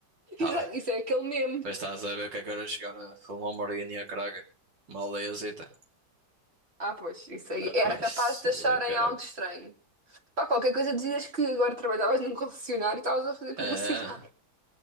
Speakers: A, on the right (about 30°); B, on the right (about 65°).
A: <laughs>
B: Tá
A: Exato,
B: bem.
A: isso é aquele meme.
B: Mas estás a ver o que é que era chegar a com uma Lamborghini a Praga? Uma aldeiazita.
A: Ah, pois, isso aí.
B: Ah,
A: Era
B: Pois,
A: capaz
B: isso
A: de
B: aí
A: acharem
B: é caraca.
A: algo estranho. Pá, qualquer coisa dizias que agora trabalhavas num concessionário e estavas a fazer publicidade.
B: É,